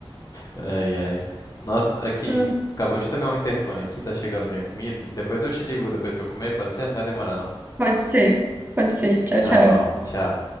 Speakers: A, on the left (about 35°); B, on the right (about 20°).
A: Ai, ai. Nossa, aqui,
B: Ah,
A: acabou de tocar um interfone aqui, tá chegando minha comida. Depois eu te ligo depois que eu comer, pode ser? Não vai demorar, não.
B: pode ser, pode ser. Tchau,
A: Tá
B: tchau.
A: bom, tchau.